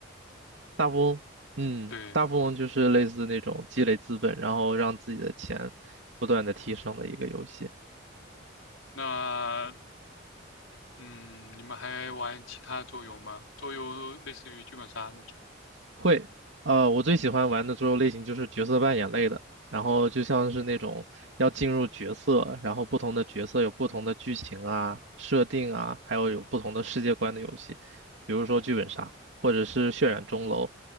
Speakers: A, on the right; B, on the left.
A: 大富翁，嗯，
B: 对，
A: 大富翁就是类似那种积累资本，然后让自己的钱不断的提升的一个游戏。
B: 那嗯，你们还玩其他桌游吗？桌游类似于剧本杀那种。
A: 会，呃，我最喜欢玩的桌游类型就是角色扮演类的，然后就像是那种要进入角色，然后不同的角色有不同的剧情啊、设定啊，还有有不同的世界观的游戏，比如说剧本杀或者是渲染钟楼，